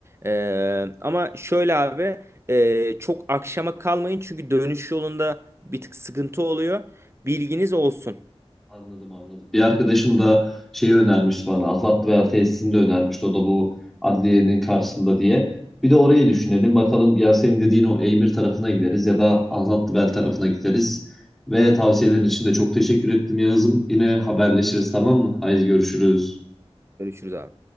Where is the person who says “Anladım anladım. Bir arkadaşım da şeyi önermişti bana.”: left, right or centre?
Centre